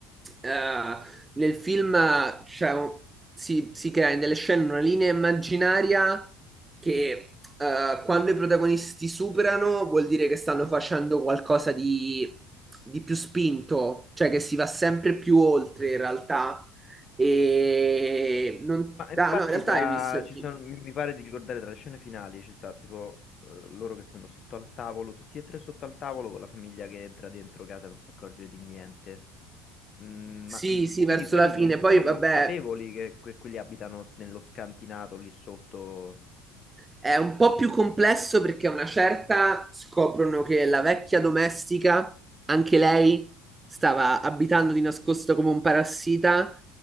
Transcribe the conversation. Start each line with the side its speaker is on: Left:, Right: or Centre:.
Right: eh, nel film cioè, un- si, si crea in delle scene una linea immaginaria che eh, quando i protagonisti superano vuol dire che stanno facendo qualcosa di, di più spinto, cioè che si va sempre più oltre in realtà. E non...
Left: Ma infatti
Right: ah, no, in realtà
Left: tra,
Right: hai visto il
Left: ci
Right: film.
Left: sono, mi mi pare di ricordare tra le scene finali ci sta tipo eh, loro che stanno sotto al tavolo, tutti e tre sotto al tavolo con la famiglia che entra dentro casa e non si accorge di niente. Mm,
Right: Sì,
Left: ma, l-
Right: sì,
Left: quindi
Right: verso
Left: quelli
Right: la fine.
Left: non
Right: Poi,
Left: sono
Right: vabbè,
Left: consapevoli che que- quelli abitano nello scantinato lì sotto.
Right: È un po' più complesso perché a una certa scoprono che la vecchia domestica, anche lei, stava abitando di nascosto come un parassita